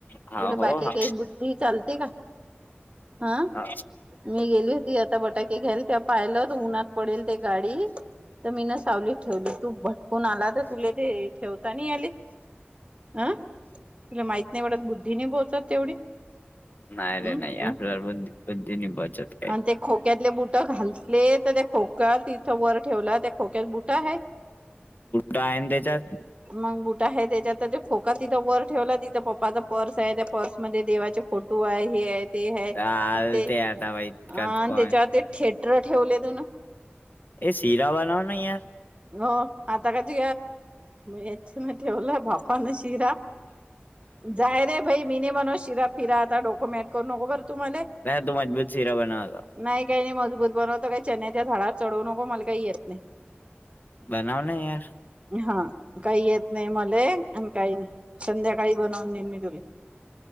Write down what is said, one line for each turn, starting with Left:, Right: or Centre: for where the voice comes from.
Left: हा
Right: तुले
Left: हो
Right: बाकी
Left: हा
Right: काही बुद्धी चालते का? ह
Left: हा
Right: मी गेली होती आता बटाके ते घ्याल तेव्हा पाहिल तर उन्हात पडेल ते गाडी. तर मी ना सावलीत ठेवली. तू भटकून आला तर तुला ते ठेवता नाही आली. हं तुला माहित नाही वाटत, बुद्धी नाही पोहोचत तेवढी.
Left: नाही रे
Right: हम्
Left: नाही. आपल्याला बुद् बुद्धी नाही पोहचत.
Right: आणि ते खोक्यातले बुट घालले तर त्या खोक्यात तिथ वर ठेवला त्या खोक्यात बुटा आहे.
Left: काय आहे अन त्याच्यात.
Right: मग बुट आहे त्याच्यात. त्या खोका तिथ वर ठेवलाय तिथ पप्पाचा पर्स आहे. त्या पर्समध्येध्ये देवाचे फोटो आहे. हे आहे. ते आहे.
Left: चालते
Right: आणि ते
Left: आता बाई इतकात
Right: अ आणि
Left: कोण
Right: त्याच्यावर ते थिएटर ठेवलत म्हण.
Left: ए शीरा बनव ना यार.
Right: हो आता काय याची ना ठेवला बाप अण शिरा जायरे बई मी नही बनवत शिरा फिरा. आता डोको मेंट करू नको बर तु माले.
Left: नाही तु मजबूत सीरा बनवला.
Right: नाही काही नाही मजबूत बनवत. काही चन्याच्या झाडार चढवू नको. मला काही येत नाही.
Left: बनव ना यार.
Right: हा काही येत नाही मले. आणि काही नाही. संध्याकाळी बनवून देईन मी तुले.